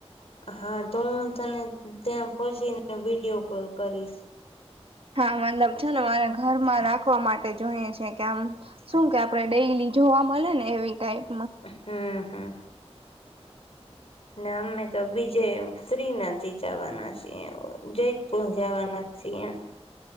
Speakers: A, on the left (about 65°); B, on the right (about 60°).
A: હા તો હું તને ત્યાં પહોંચીને વિડીયો કોલ કરીશ.
B: હા મતલબ છે ને મારે ઘરમાં રાખવા માટે જોઈએ છે કે આમ શું કે આપણે ડેયલી જોવા મળે ને એવી ટાઈપ.
A: હમ્મ હમ્મ. ને અમે તો બીજે શ્રીનાથી જવાના છીએ. જય પૂર જવાના છી.